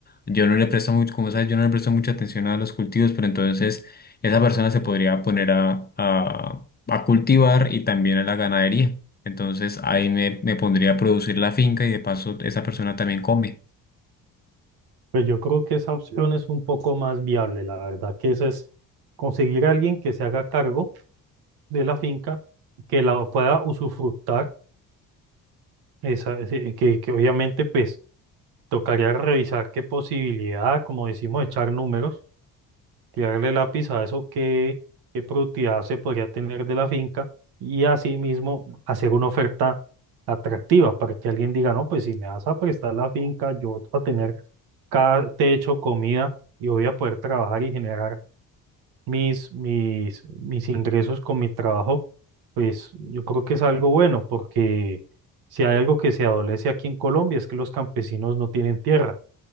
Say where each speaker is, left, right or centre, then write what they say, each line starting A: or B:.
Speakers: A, on the left; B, on the right.
A: Yo no le presto mucho, como sabes, yo no le presto mucha atención a los cultivos, pero entonces esa persona se podría poner a, a, a cultivar y también a la ganadería. Entonces ahí me, me pondría a producir la finca y de paso esa persona también come.
B: Pues yo creo que esa opción es un poco más viable, la verdad, que esa es conseguir a alguien que se haga cargo de la finca, que la pueda usufructar, esa, ese- que, que obviamente pues tocaría revisar qué posibilidad, como decimos, echar números tirarle lápiz a eso que qué productividad se podría tener de la finca y asimismo hacer una oferta atractiva para que alguien diga, no, pues si me vas a prestar la finca, yo voy a tener cada techo, comida y voy a poder trabajar y generar mis, mis, mis ingresos con mi trabajo, pues yo creo que es algo bueno porque si hay algo que se adolece aquí en Colombia es que los campesinos no tienen tierra,